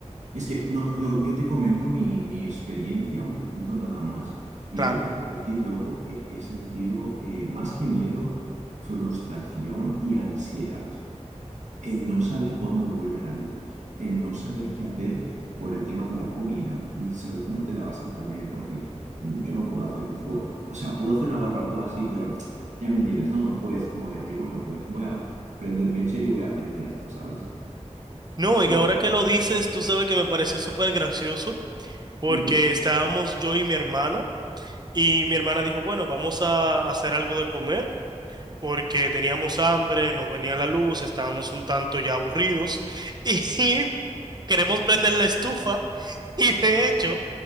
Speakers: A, on the right (about 80°); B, on the right (about 35°).
A: Es que no, lo- yo te comento mi, mi experiencia un poquito nada más y
B: Claro.
A: solo te puedo decir, loco, que he sentido eh, más que miedo, frustración y ansiedad. El no saber cuándo vuelve la luz, el no saber qué hacer por el tema de la comida, ni saber cómo te la vas a comer, porque mm, yo no puedo hacer un fuego. O sea, puedo hacer una barbacoa así, pero <tsk> ya me entiendes, ¿no? No puedes como decir, bueno, pues voy a prender mechero y voy a hacerme esto, ¿sabes?
B: No,
A: ¿El,
B: y ahora que lo dices, tú sabes que me pareció súper gracioso porque
A: el qué?
B: estábamos yo y mi hermana y mi hermana dijo, bueno, vamos a hacer algo de comer porque teníamos hambre, no venía la luz, estábamos un tanto ya aburridos <laughs> y queremos prender la estufa y de hecho